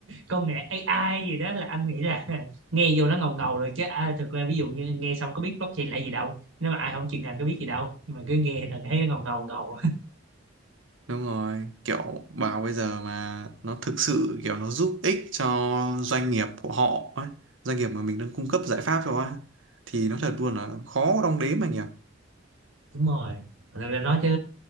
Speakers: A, on the right; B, on the right.
A: công nghệ AI gì đó là anh nghĩ là <laughs> nghe vô nó ngầu ngầu rồi chứ à, thực ra ví dụ như nghe xong có biết blockchain là gì đâu nếu mà ai không chuyên ngành có biết gì đâu nhưng mà cứ nghe là thấy nó ngầu ngầu ngầu
B: Đúng rồi, kiểu bảo bây giờ mà nó thực sự kiểu nó giúp ích cho doanh nghiệp của họ ấy, doanh nghiệp mà mình đang cung cấp giải pháp cho á, thì nó thật luôn là khó đong đếm anh nhỉ.
A: <laughs> đúng rồi thực ra nói chứ